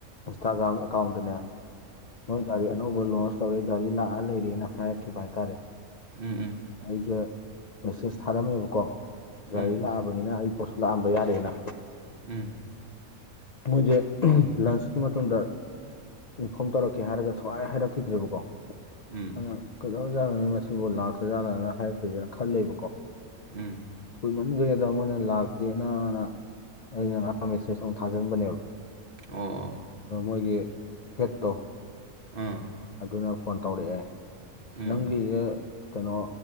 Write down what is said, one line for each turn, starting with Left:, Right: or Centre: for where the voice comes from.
Left: ꯏꯟꯁꯇꯥꯒ꯭ꯔꯥꯝ ꯑꯦꯀꯥꯎꯟꯗꯅꯦ ꯃꯣꯏ ꯒꯥꯔꯤ ꯑꯅꯧ ꯂꯣꯟꯁ ꯇꯧꯔꯦ ꯒꯥꯔꯤ ꯂꯥꯛꯑ ꯂꯩꯔꯦꯅ ꯍꯥꯏꯔꯛꯈꯤꯕ ꯍꯥꯏꯇꯥꯔꯦ
Right: ꯎꯝ ꯎꯝ
Left: ꯑꯩꯖꯦ ꯃꯦꯁꯦꯁ ꯊꯥꯔꯝꯃꯦꯕꯀꯣ ꯒꯥꯔꯤ
Right: ꯎꯝ
Left: ꯂꯥꯛꯑꯕꯅꯤꯅ ꯑꯩ ꯄꯣꯠꯁꯨ ꯂꯥꯛꯑꯝꯕ ꯌꯥꯔꯦꯅ
Right: ꯎꯝ
Left: ꯃꯣꯏꯖꯦ ꯂꯟꯆꯀꯤ ꯃꯇꯨꯡꯗ ꯏꯟꯐꯣꯔꯝ ꯇꯧꯔꯛꯀꯦ ꯍꯥꯏꯔꯒ ꯁꯨꯛꯍꯥꯏ ꯍꯥꯏꯔꯛꯈꯤꯗ꯭ꯔꯦꯕꯀꯣ
Right: ꯎꯝ
Left: ꯑꯉꯥꯡ ꯀꯩꯗꯧꯔꯖꯥꯠꯅꯣꯅꯦ ꯃꯁꯤꯕꯨ ꯂꯥꯛꯇ꯭ꯔꯖꯥꯠꯂꯅꯥ ꯍꯥꯏꯔꯛꯇ꯭ꯔꯤꯖꯤꯅ ꯈꯜꯂꯦꯕꯀꯣ
Right: ꯎꯝ
Left: ꯀꯨꯏꯃꯟꯒ꯭ꯔꯦꯗ ꯃꯣꯏꯅ ꯂꯥꯛꯇꯦꯅꯅ ꯑꯩꯅ ꯉꯥꯔꯥꯡ ꯃꯦꯁꯦꯖ ꯑꯃꯨꯛ ꯊꯥꯖꯤꯟꯕꯅꯦꯕ
Right: ꯑꯣ ꯑꯣ
Left: ꯑꯗꯨ ꯃꯣꯏꯒꯤ ꯍꯦꯠꯇꯣ
Right: ꯑꯥ
Left: ꯑꯗꯨꯅ ꯐꯣꯟ ꯇꯧꯔꯛꯑꯦ
Right: ꯎꯝ
Left: ꯅꯪꯒꯤꯖꯦ ꯀꯩꯅꯣ